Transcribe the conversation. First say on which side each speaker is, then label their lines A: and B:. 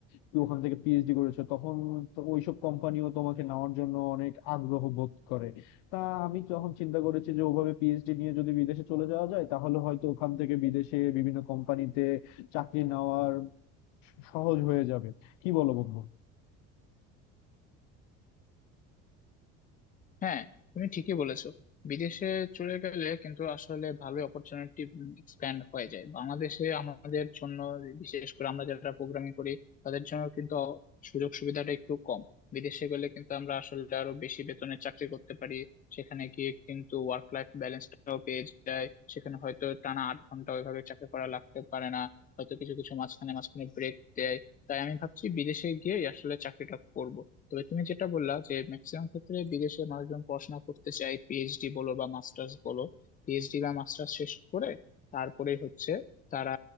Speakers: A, on the left (about 80°); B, on the left (about 25°).
A: কি ওখান থেকে পিএইচডি করেছো তখন তো ওইসব কোম্পানিও তোমাকে নেওয়ার জন্য অনেক আগ্রহ বোধ করে তা আমি যখন চিন্তা করেছি যে ওভাবে পিএইচডি নিয়ে যদি বিদেশে চলে যাওয়া যায় তাহলে হয়তো ওখান থেকে বিদেশে বিভিন্ন কোম্পানিতে চাকরি নেওয়ার সহজ হয়ে যাবে কি বলো বন্ধু
B: হ্যাঁ তুমি ঠিকই বলেছো বিদেশে চলে গেলে কিন্তু আসলে ভালো অপরচুনিটি এক্সপ্যান্ড হয়ে যায় বাংলাদেশে আমাদের জন্য বিশেষ করে আমরা যারা প্রোগ্রামিং করি তাদের জন্য কিন্তু সুযোগ সুবিধাটা একটু কম বিদেশে গেলে কিন্তু আমরা আসলে আরো বেশি বেতনে চাকরি করতে পারি সেখানে গিয়ে কিন্তু ওয়ার্ক লাইফ ব্যালেন্সটাও পেয়ে যায় সেখানে হয়তো টানা আট ঘন্টা ওইভাবে চাকরি করা লাগতে পারে না হয়তো কিছু কিছু মাঝখানে মাঝখানে ব্রেক দেয় তাই আমি ভাবছি বিদেশে গিয়ে আসলে চাকরিটা করব তবে তুমি যেটা বললা যে ম্যাক্সিমাম ক্ষেত্রে বিদেশে মানুষজন পড়াশোনা করতে চায় পিএইচডি বলো বা মাস্টার্স বলো পিএইচডি বা মাস্টার্স শেষ করে তারপরে হচ্ছে তারা